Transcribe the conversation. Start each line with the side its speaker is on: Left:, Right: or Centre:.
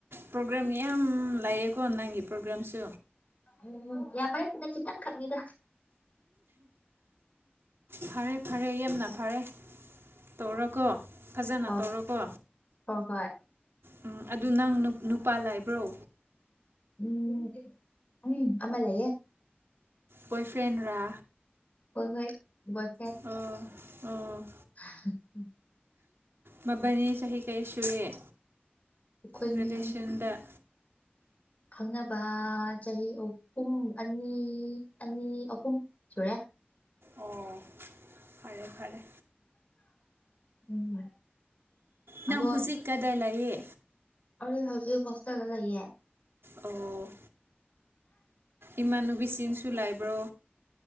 Right: ꯄ꯭ꯔꯣꯒ꯭ꯔꯥꯝ ꯌꯥꯝ ꯂꯩꯌꯦꯀꯣ ꯅꯪꯒꯤ ꯄ꯭ꯔꯣꯒ꯭ꯔꯥꯝꯁꯨ
Left: ꯎꯝ ꯌꯥꯝꯕ ꯅꯠꯇꯦꯗꯥ ꯈꯤꯇꯪ ꯈꯛꯅꯤꯗ
Right: ꯐꯔꯦ ꯐꯔꯦ ꯌꯥꯝꯅ ꯐꯔꯦ ꯇꯧꯔꯣꯀꯣ ꯐꯖꯅ
Left: ꯑꯣ
Right: ꯇꯧꯔꯣꯀꯣ
Left: ꯍꯣꯏ ꯍꯣꯏ
Right: ꯎꯝ ꯑꯗꯨ ꯅꯪ ꯅꯨꯄꯥ ꯂꯥꯏꯕ꯭ꯔꯣ
Left: ꯎꯝ ꯎꯝ ꯑꯃ ꯂꯩꯌꯦ
Right: ꯕꯣꯏ ꯐ꯭ꯔꯦꯟ ꯔ
Left: ꯍꯣꯏ ꯍꯣꯏ ꯕꯣꯏ ꯐ꯭ꯔꯦꯟ
Right: ꯑꯣ ꯑꯣ
Left: <inaudible>
Right: ꯅꯕꯥꯟꯅꯤ ꯆꯍꯤ ꯀꯌꯥ ꯁꯨꯔꯦ
Left: ꯑꯩꯈꯣꯏꯅꯤ
Right: ꯔꯤꯂꯦꯁꯟꯗ
Left: ꯈꯪꯅꯕ ꯆꯍꯤ ꯑꯍꯨꯝ ꯑꯅꯤ ꯑꯅꯤ ꯑꯍꯨꯝ ꯁꯨꯔꯦ
Right: ꯑꯣ ꯐꯔꯦ ꯐꯔꯦ
Left: ꯎꯝ
Right: ꯅꯪ
Left: ꯑꯗꯣ
Right: ꯍꯧꯖꯤꯛ ꯀꯥꯢꯗ ꯂꯩꯌꯦ
Left: ꯑꯩ ꯍꯧꯖꯤꯛ ꯍꯣꯇꯦꯜ ꯗ ꯂꯩꯑꯦ
Right: ꯑꯣ ꯏꯃꯥꯟꯅꯕꯤꯁꯤꯡꯁꯨ ꯂꯩꯕ꯭ꯔꯣ